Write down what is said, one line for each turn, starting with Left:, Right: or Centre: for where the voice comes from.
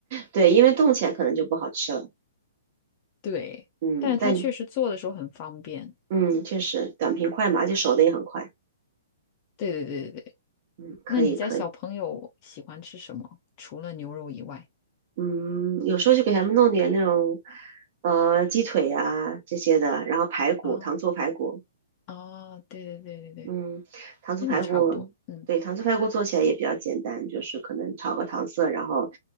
Right: 对，因为冻起来可能就不好吃了。
Left: 对，
Right: 嗯，
Left: 但是它确实做的时候很方便。
Right: 但嗯，确实短平快嘛，而且熟的也很快。
Left: 对对对对对，
Right: 嗯，可以可以。
Left: 那你家小朋友喜欢吃什么？除了牛肉以外
Right: 嗯，有时候就给他们弄点那种，呃，鸡腿啊这些的，然后排骨，
Left: 啊
Right: 糖醋排骨。
Left: 啊，对对对对对，
Right: 嗯，糖醋排骨，
Left: 那也差不多。嗯
Right: 对，糖醋排骨做起来也比较简单，就是可能炒个糖色，然后，